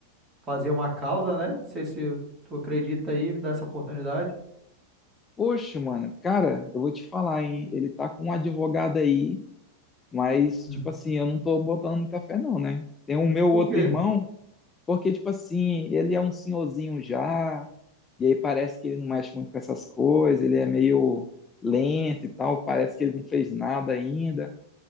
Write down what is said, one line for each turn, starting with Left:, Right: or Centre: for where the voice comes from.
Right: fazer uma causa, né? Não sei se tu acredita aí, me dá essa oportunidade.
Left: Poxa, mano, cara, eu vou te falar, hein? Ele tá com um advogado aí Mas,
Right: Uhum.
Left: tipo assim, eu não tô botando muita fé, não, né? Tem o meu outro
Right: Por quê?
Left: irmão, porque, tipo assim, ele é um senhorzinho já, e aí parece que ele não mexe muito com essas coisas, ele é meio lento e tal, parece que ele não fez nada ainda